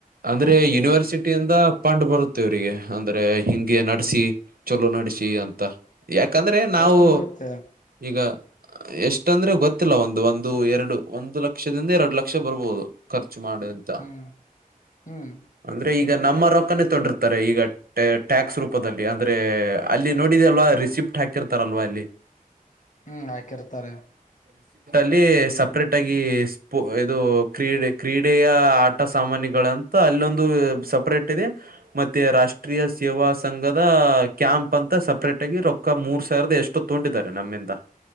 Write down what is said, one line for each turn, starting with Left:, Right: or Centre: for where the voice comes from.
Right: ಅಂದ್ರೆ ಯೂನಿವರ್ಸಿಟಿಯಿಂದ ಪಂಡು ಬರುತ್ತೆವ್ರಿಗೆ ಅಂದ್ರೆ ಹಿಂಗೆ ನಡ್ಸಿ ಚೊಲೋ ನಡ್ಸಿ ಅಂತಾ. ಯಾಕಂದ್ರೆ ನಾವು
Left: ಎಷ್ಟು ಬರುತ್ತೆ
Right: ಈಗಾ. ಎಷ್ಟಂದ್ರೆ ಗೊತ್ ತ್ತಿಲ್ಲ ಒಂದು ಒಂದು ಎರಡು ಒಂದು ಲಕ್ ಕ್ಷದಿಂದ ಎರಡು ಲಕ್ಷ ಬರಬಹುದು ಕಾರ್ ಚಾಚ್ ಮಾಡು ಅಂತ.
Left: ಹ್ಮ್ ಹ್ಮ್
Right: ಅಂದ್ರೆ ಈಗ ನಮ್ಮ ರೊಕ್ಕನೇ ತೊಂಡಿರ್ತಾರೆ ಈಗ ಟ್ಯಾಕ್ಸ್ ರೂಪದಲ್ಲಿ ಅಂದ್ರೆ. ಅಲ್ಲಿ ನೋಡಿದೆ ಅಲ್ವಾ ರಿಸಿಪ್ಟ್ ಹಾಕಿರ್ತಾರಲ್ವಾ ಅಲ್ಲಿ.
Left: ಹ್ಮ್ ಹಾಕಿರ್ತಾರೆ.
Right: ಲ್ಲಿ ಸಪ್ರೇಟ್ ಆಗಿ ಸ್ಪೋ ಇದು ಕ್ರೀಡೆ ಕ್ರೀಡೆಯ ಆಟ ಸಾಮಾನ್ಯಿಗಳ ಅನ್ ತ್ತ ಅಲ್ಲೊಂದು ಸಪ್ರೇಟ್ ಇದೆ ಮತ್ತೆ ರಾಷ್ಟ್ರೀಯ ಸೇವಾ ಸಂಘದ ಕ್ಯಾಂಪ್ ಅಂತ ಸಪ್ರೇಟ್ ಆಗಿ ರೊಕ್ಕ ಮೂರ್ ಸಾವಿರದ ಎಷ್ಟೊ ತಗೊಂಡಿದ್ದಾರೆ ನಮ್ಮಿಂದ.